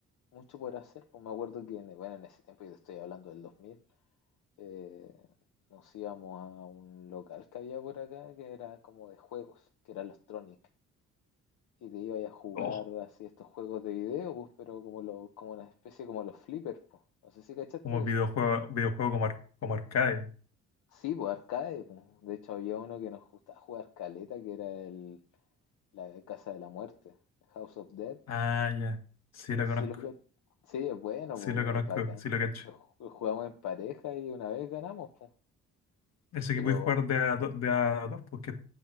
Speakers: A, on the left; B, on the left.
A: mucho por hacer. Pues me acuerdo que, en, bueno, en ese tiempo, yo te estoy hablando del 2000, eh, nos íbamos a un local que había por acá que era como de juegos, que era los Tronic. Y te ibas a jugar
B: Oh,
A: así estos juegos de video, pues, pero como, lo, como una especie como los flippers, pues. No sé si cachaste
B: como videojuego,
A: eso.
B: videojuego como, ar- como arcade.
A: Sí, pues arcade, pues. De hecho había uno que nos gustaba jugar caleta, que era el, La de Casa de la Muerte, House of Dead.
B: Ah, ya. Sí lo
A: Así
B: conozco.
A: lo que... Sí, es bueno,
B: Sí
A: po,
B: lo conozco.
A: es bacán.
B: Sí lo cacho.
A: Lo ju- jugamos en pareja y una vez ganamos, po.
B: Ese
A: Pero
B: que pude jugar de a, do- de a dos, porque